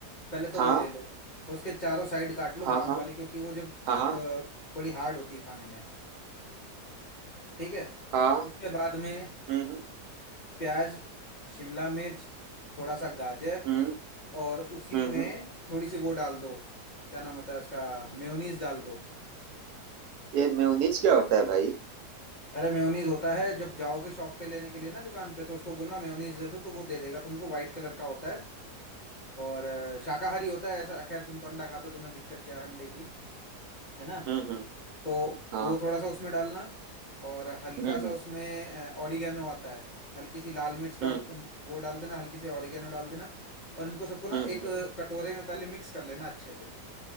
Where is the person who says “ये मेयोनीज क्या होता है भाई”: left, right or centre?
Right